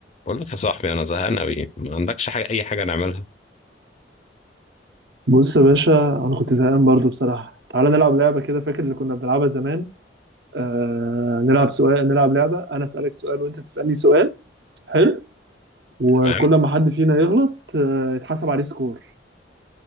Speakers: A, on the left; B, on the right.
A: بقول لك يا صاحبي انا زهقان قوي ما عندكش حاجه اي حاجه نعملها
B: بص يا باشا انا كنت زهقان برضو بصراحه تعالى نلعب لعبه كده فاكر اللي كنا بنلعبها زمان آه نلعب سؤال نلعب لعبه انا اسالك سؤال وانت تسالني سؤال حلو وكل
A: تمام
B: ما حد فينا يغلط آه يتحسب عليه سكور